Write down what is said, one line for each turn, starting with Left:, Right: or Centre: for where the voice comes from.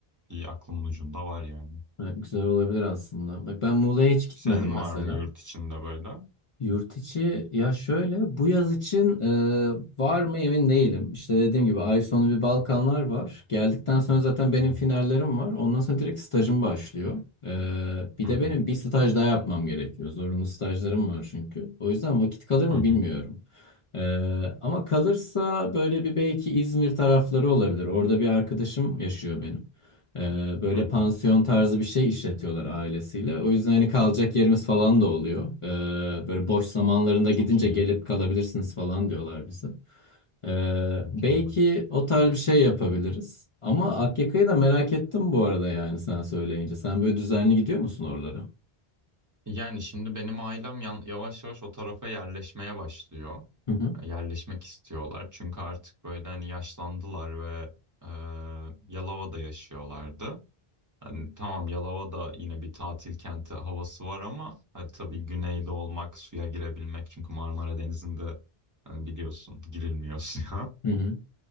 Right: bir aklımın ucunda var yani.
Left: Evet, <laughs> Güzel olabilir aslında. Bak ben Muğla'ya hiç gitmedim
Right: Senin
Left: mesela.
Right: var mı yurt içinde böyle? Hı
Left: Yurt içi ya şöyle bu yaz için e, var mı emin değilim. İşte dediğim gibi ay sonu bir Balkanlar var. Geldikten sonra zaten benim
Right: hı
Left: finallerim var. Ondan sonra direkt stajım başlıyor. E, bir
Right: hı
Left: de benim
Right: hı
Left: bir staj daha yapmam gerekiyor. Zorunlu stajlarım var çünkü. O yüzden vakit kalır mı
Right: hı hı.
Left: bilmiyorum. E, ama kalırsa böyle bir belki İzmir tarafları olabilir. Orada bir arkadaşım yaşıyor benim. Ee, böyle
Right: hı hı.
Left: pansiyon tarzı bir şey işletiyorlar ailesiyle. O yüzden hani kalacak yerimiz falan da oluyor. Ee, böyle boş zamanlarında
Right: Çok
Left: gidince
Right: iyi.
Left: gelip kalabilirsiniz falan diyorlar bize. Ee,
Right: Mükemmel.
Left: belki o tarz bir şey yapabiliriz. Ama Akyaka'yı da merak ettim bu arada yani sen söyleyince. Sen böyle düzenli gidiyor musun oralara?
Right: Yani şimdi benim ailem yan- yavaş yavaş o tarafa yerleşmeye başlıyor.
Left: Hı hı.
Right: E, Yerleşmek istiyorlar. Çünkü artık böyle hani yaşlandılar ve e, Yalova'da yaşıyorlardı. Hani tamam Yalova'da yine bir tatil kenti havası var ama hadi tabii güneyde olmak, suya girebilmek. Çünkü Marmara Denizi'nde hani biliyorsun girilmiyor <laughs> suya.
Left: Hı hı.